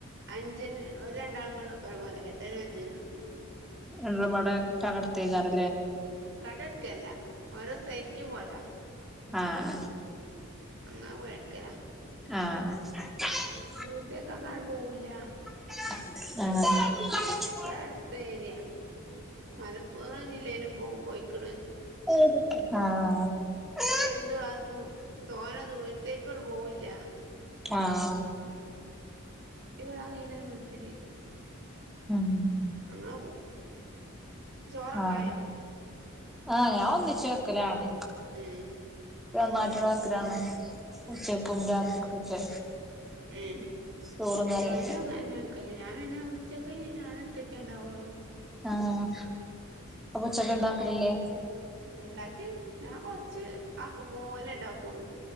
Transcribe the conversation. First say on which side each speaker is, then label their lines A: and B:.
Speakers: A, on the right; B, in the centre.
A: അഞ്ചിനന് ഒരു രണ്ടാള കൊണ്ട് ഉപ്പന പോലെ എട്ടിനും അഞ്ചിനും
B: ഒരുപാട് <unintelligible>
A: കട എടുക്കല്ല ഓരോ സൈറ്റ് പോലാ
B: ആഹ
A: അങ്ങനാ പോയടുക്കരാ
B: ആഹ <unintelligible>
A: ഇവിടെത്തേക്ക് അങ്ങാട് പോവില്ല
B: ആഹ
A: ഇവിടെ അടുത്ത ഏരിയ മലപ്പുറം ജില്ലയിലും പോകും കോഴിക്കോട്
B: <unintelligible> ആഹ
A: രണ്ടു അതും തോന്ന ദൂരത്തേക്കോട് പോവില്ല
B: ആഹ
A: ഇറ്റ <unintelligible> ഇത്തിരി
B: ഉം
A: <unintelligible> ചോറൊക്കായോ
B: ആഹ് ആഹ് ഞാൻ ഒന്നിച്ചു വെക്കലാണ്
A: ഉം
B: എപ്പഴും <unintelligible> ഉച്ചക്കും രാത്രിക്കൊക്കെ
A: ഉം
B: ചോറും കറിയൊക്കെ
A: ഞാനും അങ്ങനെ വെക്കല് ഞാൻ പിന്നെ ഉച്ചക്ക് ഞാൻ ഒറ്റക്കല്ലെ ഉള്ളു
B: ആഹ് അപ്പ ഉച്ചക്ക് ഉണ്ടാക്കലില്ലേ
A: ഉണ്ടാക്കി ഞാൻ കൊറച്ച് ആക്കും പോലെ ഉണ്ടാക്കുള്ളു